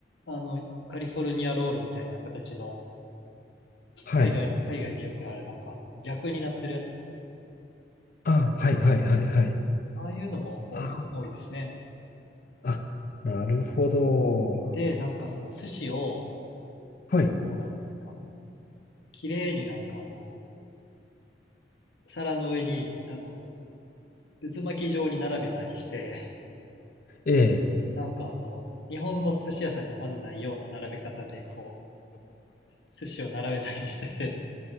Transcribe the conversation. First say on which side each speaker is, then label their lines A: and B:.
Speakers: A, on the left; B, on the left.
A: あの、カリフォルニアロールみたいな形の、
B: はい。
A: 海外、海外でよくあるなんか逆になってるやつ、
B: あ、はいはいはいはい。
A: ああいうのも多い、
B: あ、
A: 多いですね。
B: あ、なるほど。
A: で、なんかその寿司を、
B: はい。
A: こう、なんていうか、綺麗になんかあの、皿の上に、あの、渦巻き状に並べたりして、
B: ええ。
A: なんかあの、日本の寿司屋さんじゃまずないような並べ方で、こ寿司を並べたりしてて、